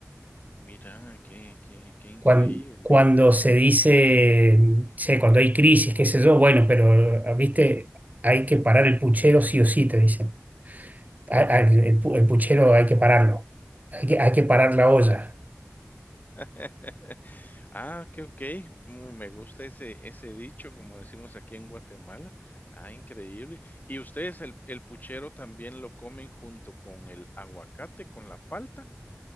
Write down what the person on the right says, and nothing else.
cuan- cuando se dice, che, cuando hay crisis, qué sé yo, bueno, pero, ah, viste, hay que parar el puchero sí o sí, te dicen. A- a- El, pu- el puchero hay que pararlo, hay que, hay que parar la olla,